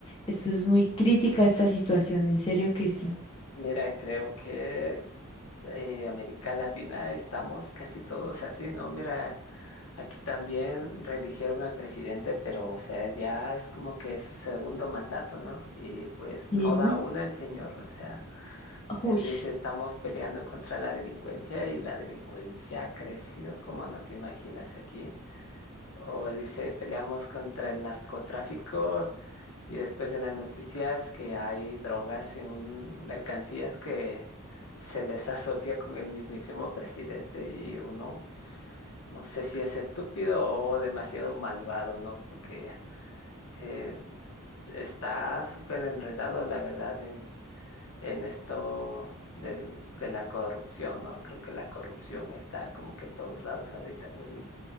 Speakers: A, on the left (about 25°); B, on the left (about 70°).
A: Esto es muy crítica esta situación, en serio que sí.
B: Mira, creo que eh, América Latina estamos casi todos así, ¿no? Mira, aquí también reeligieron al presidente, pero o sea, él ya es como que su segundo mandato, ¿no? Y pues
A: Sí.
B: no da una el señor, o sea, él
A: Uy,
B: dice estamos peleando contra la delincuencia y la delincuencia ha crecido como no te imaginas aquí. O dice peleamos contra el narcotráfico Y después en las noticias que hay drogas en un- mercancías que se les asocia con el mismísimo presidente y uno no sé si es estúpido o demasiado malvado, ¿no? Porque eh, está súper enredado, la verdad, en, en esto del- de la corrupción, ¿no? Creo que la corrupción está como que en todos lados ahorita. un-